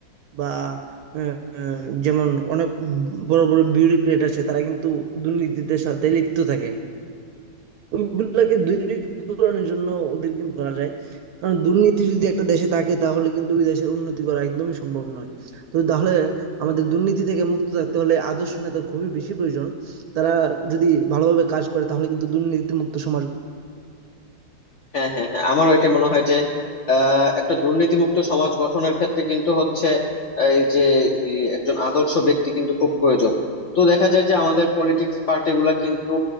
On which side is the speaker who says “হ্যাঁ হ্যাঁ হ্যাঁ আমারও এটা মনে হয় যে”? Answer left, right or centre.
Left